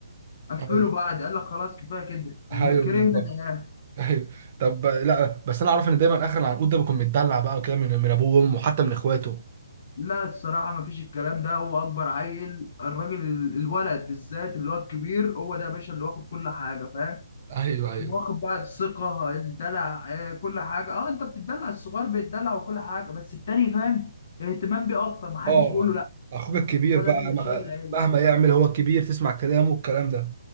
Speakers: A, on the left; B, on the right.
A: قفلوا
B: ايوه
A: بعد قال لك خلاص كفايه كده
B: أيوة،
A: كرهنا
B: بالظبط
A: العيال.
B: ايوه طب لا بس انا اعرف ان دايما اخر العنقود ده بيكون متدلع بقى كده من من ابوه وامه وحتى من اخواته
A: لا الصراحة مفيش الكلام ده هو أكبر عيل الراجل الولد بالذات اللي هو الكبير هو ده يا باشا اللي واخد كل حاجة فاهم
B: ايوه ايوه
A: واخد بقى الثقة الدلع آه، كل حاجة اه انت بتدلع الصغير بيتدلع وكل حاجة بس التاني فاهم اهتمام بيه أكتر محدش
B: اه
A: بيقول له لا
B: اخوك الكبير
A: هو
B: بقى
A: ده اللي
B: م-
A: شايل العيل
B: مهما يعمل هو الكبير تسمع كلامه والكلام ده